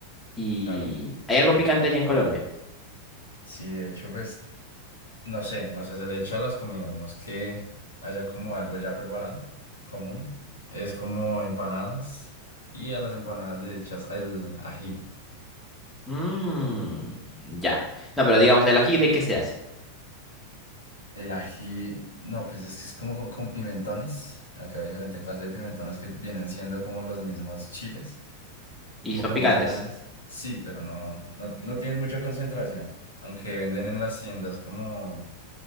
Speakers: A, in the centre; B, on the left (about 80°).
A: Y
B: claro.
A: hay algo picante allá en Colombia.
B: Sí, de hecho, pues, no sé, o sea, se le echa a las comidas, no es que haya como algo ya preparado, común, es como empanadas y a las empanadas le echas el ají.
A: Mmm, ya. No, pero digamos, el ají de qué se hace.
B: El ají, no, pues es que es como co- con pimentones, acá hay diferentes clases de pimentones que vienen siendo como los mismos chiles,
A: Y
B: un poco
A: son picantes,
B: más grandes, sí, pero no, no, no tienen mucha concentración, aunque venden en las tiendas como...